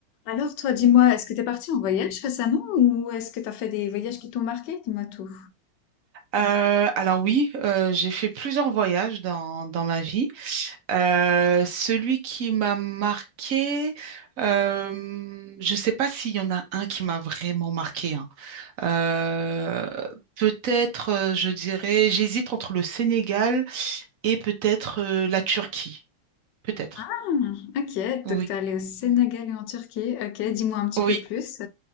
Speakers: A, on the left; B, on the right.
A: Alors toi, dis-moi, est-ce que t'es parti en voyage récemment ou est-ce que t'as fait des voyages qui t'ont marqué? Dis-moi tout.
B: Euh, alors oui, euh, j'ai fait plusieurs voyages dans, dans ma vie. Euh, celui qui m'a marqué, euh, je ne sais pas s'il y en a un qui m'a vraiment marqué. hein. Euh, peut-être, euh, je dirais, j'hésite entre le Sénégal et peut-être euh, la Turquie. Peut-être.
A: Ah, ok,
B: Oui.
A: donc t'es allé au Sénégal et en Turquie. Ok, dis-moi un petit
B: Oui.
A: peu plus.